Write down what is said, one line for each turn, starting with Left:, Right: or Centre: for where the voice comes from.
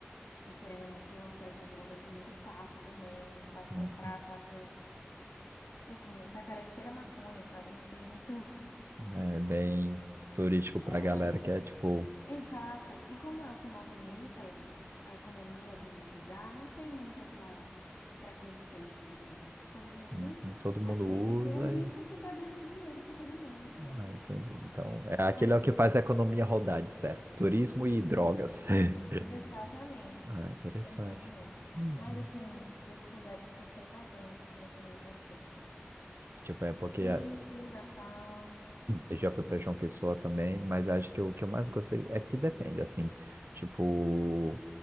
Left: E querendo ou não, tem um acesso à droga que é muito fácil também, fácil
Right: Hum,
Left: comprar, fácil, tipo assim, Itacaré cheira a maconha, sabe? Não tem muito,
Right: É bem turístico
Left: <laughs>
Right: pra
Left: é,
Right: galera que é, tipo,
Left: Exato. E como é o que movimenta o- a economia do lugar, não tem muito essa, esse preconceito, digamos. Todo mundo
Right: sim, sim, todo mundo
Left: aceita
Right: usa
Left: aquilo ali
Right: e...
Left: porque tá dando dinheiro para todo mundo. Então,
Right: Ah, entendi. Então, é aquele
Left: mas
Right: é o que faz a economia rodar, de certo. Turismo e drogas. <laughs>
Left: exatamente,
Right: Ah, interessante.
Left: exatamente.
Right: Uhum.
Left: Mas assim, desses lugares que você foi, qual foi um dos que você mais gostou?
Right: Tipo, é porque
Left: Recife,
Right: é,
Left: Natal,
Right: eu já fui para João Pessoa também, mas acho que o que eu mais gostei é que depende, assim, tipo...